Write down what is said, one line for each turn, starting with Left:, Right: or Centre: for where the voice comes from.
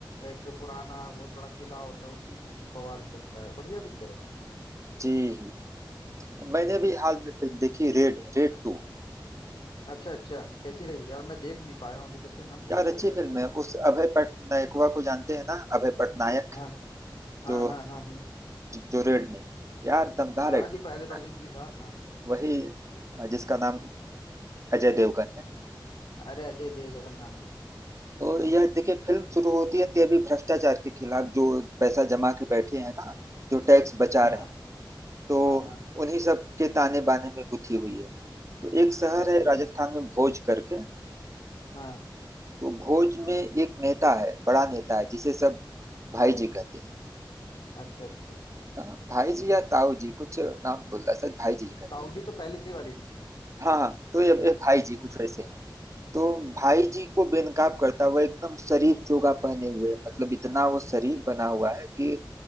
Left: एक पुराना बहुत बड़ा किला होता है उसी में वो सब बवाल चलता है बढ़िया पिक्चर है
Right: जी
Left: हम्म
Right: मैंने भी हाल में फिल्म देखी रेड रेड टू
Left: अच्छा अच्छा कैसी रही यार मैं देख नहीं पाया हूँ अभी तक के मन बहुत
Right: यार अच्छी
Left: है मेरा
Right: फिल्म
Left: देखने
Right: है
Left: का
Right: उस अभय पटनायकवा को जानते हैं ना अभय पटनायक
Left: हाँ हाँ
Right: जो
Left: हाँ हाँ हाँ
Right: जो रेड में यार दमदार
Left: हाँ
Right: एक्टिंग
Left: हाँ जो पहले
Right: कर रहा
Left: वाले
Right: है
Left: में भी था हाँ
Right: वही अ, जिसका
Left: हाँ
Right: नाम अजय देवगन है
Left: अरे अजय देवगन हाँ
Right: तो यह देखिए फिल्म शुरू होती है तभी भ्रष्टाचार के खिलाफ जो पैसा जमा के बैठे हैं ना जो टैक्स बचा
Left: हाँ
Right: रहे हैं तो
Left: हाँ हाँ
Right: उन्हीं सब के ताने बाने में गुथी हुई है तो एक शहर
Left: अच्छा
Right: है
Left: अच्छा
Right: राजस्थान में भोज करके
Left: हाँ
Right: तो भोज में एक नेता है बड़ा नेता है जिसे सब भाई जी कहते हैं
Left: अच्छा अच्छा
Right: हाँ, भाई जी या ताऊ जी कुछ नाम बोल रहा सर भाई जी ही कहते
Left: ताऊ
Right: हैं
Left: जी तो पहले ही वाली में थे
Right: हाँ हाँ तो ये ये भाई जी
Left: हम्म
Right: कुछ वैसे ही तो
Left: अच्छा
Right: भाई जी को बेनकाब करता हुआ एकदम शरीफ चोगा पहने हुए मतलब इतना वो शरीफ बना हुआ है कि